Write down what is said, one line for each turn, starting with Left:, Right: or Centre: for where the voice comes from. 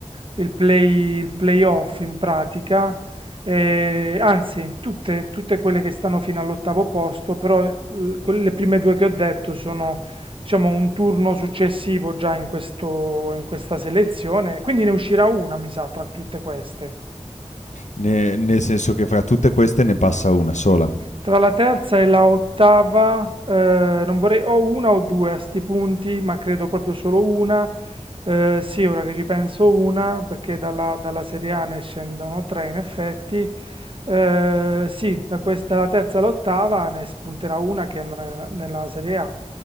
Right: il play, il playoff in pratica, eh, anzi, tutte, tutte quelle che stanno fino all'ottavo posto, però l- quelle- le prime due che ho detto sono, diciamo, un turno successivo già in questo- in questa selezione, quindi ne uscirà una, mi sa, tra tutte queste.
Left: Ne nel senso che fra tutte queste ne passa una sola.
Right: Tra la terza e la ottava, eh, non vorrei, o una o due a sti punti, ma credo proprio solo una. Eh, sì, ora che ci penso una, perché dalla, dalla Serie A ne scendono tre in effetti. Eh, sì, da questa, dalla terza all'ottava ne spunterà una che andrà nella, nella Serie A.